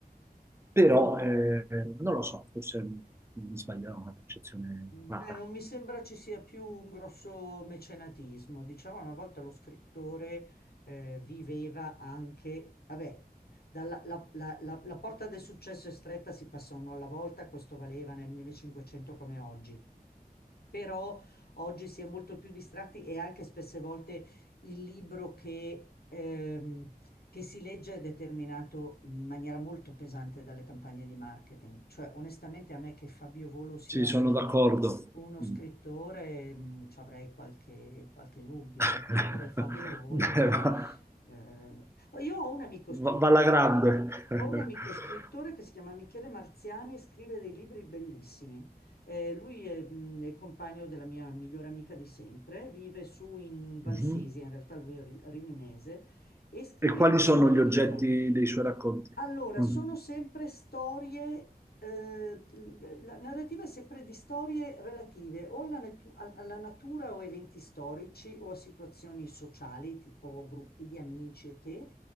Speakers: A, on the right; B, on the left.
A: però eh, non lo so, forse mi sbaglierò, una percezione
B: Beh,
A: errata.
B: non mi sembra ci sia più un grosso mecenatismo. Diciamo, una volta lo scrittore eh, viveva anche, vabbè, dalla, la, la- la- la porta del successo è stretta, si passa uno alla volta, questo valeva nel 1500 come oggi. però oggi si è molto più distratti e anche spesse volte il libro che, ehm, che si legge è determinato in maniera molto pesante dalle campagne di marketing. Cioè, onestamente, a me che Fabio Volo sia
A: Sì, sono
B: uno,
A: d'accordo.
B: uno scrittore,
A: Mm.
B: mh, ci avrei qualche, qualche dubbio.
A: <laughs>
B: Ecco, eppure Fabio Volo
A: Beh,
B: va.
A: va,
B: eh, Io ho un amico
A: va-
B: scrittore.
A: va alla grande.
B: Ho un
A: <laughs>
B: amico scrittore che si chiama Michele Marziani e scrive dei libri bellissimi. Eh, lui è, mh, è il compagno della mia migliore amica di sempre, vive su in Valsesia,
A: Mhm.
B: in realtà lui è ri- riminese, e scrive
A: E quali
B: i
A: sono
B: libri
A: gli oggetti
B: più vari.
A: dei suoi racconti?
B: Allora, sono
A: Mm.
B: sempre storie, eh, l- la narrativa è sempre di storie relative o alla, natu- a- alla natura o a eventi storici o a situazioni sociali, tipo gruppi di amici, ok?